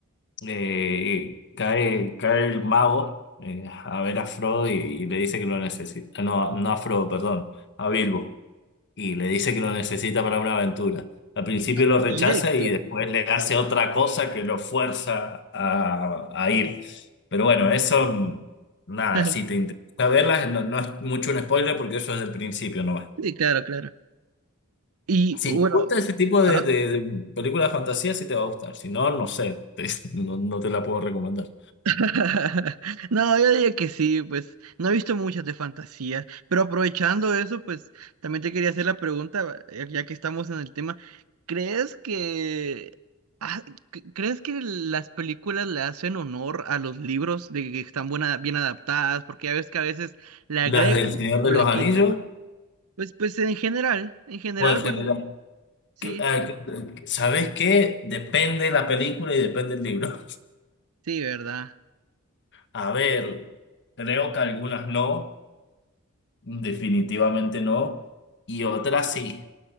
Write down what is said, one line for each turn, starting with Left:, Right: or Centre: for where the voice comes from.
Left: eh, cae, cae el mago eh, a ver a Frodo y, y le dice que lo necesita. No, a- no a Frodo, perdón, a Bilbo y le dice que lo necesita para una aventura. Al principio
Right: ah,
Left: lo rechaza
Right: directo.
Left: y después le hace otra cosa que lo fuerza a, a ir. Pero bueno, eso, mm, nada,
Right: <laughs>
Left: si te interesa verlas, no, no es mucho un spoiler porque eso es del principio nomás.
Right: Sí, claro, claro. Y
Left: Si
Right: bueno.
Left: te gusta ese tipo de,
Right: ajá.
Left: de, de películas de fantasía, sí te va a gustar. Si no, no sé, te- <laughs> no, no te la puedo recomendar.
Right: <laughs> No, yo diría que sí, pues no he visto muchas de fantasía, pero aprovechando eso, pues también te quería hacer la pregunta, ya ya que estamos en el tema, ¿crees que ah, c- crees que las películas le hacen honor a los libros de que están buena, bien adaptadas? Porque ya ves que a veces le agregan
Left: Las del Señor
Right: o
Left: de los
Right: le
Left: Anillos
Right: quitan. Pues, pues en general, en general,
Left: o en general.
Right: bueno, sí,
Left: Que- ah, que- ¿Sabes qué? Depende la película y depende el libro.
Right: sí, ¿verdad?
Left: A ver, creo que algunas no, definitivamente no, y otras sí,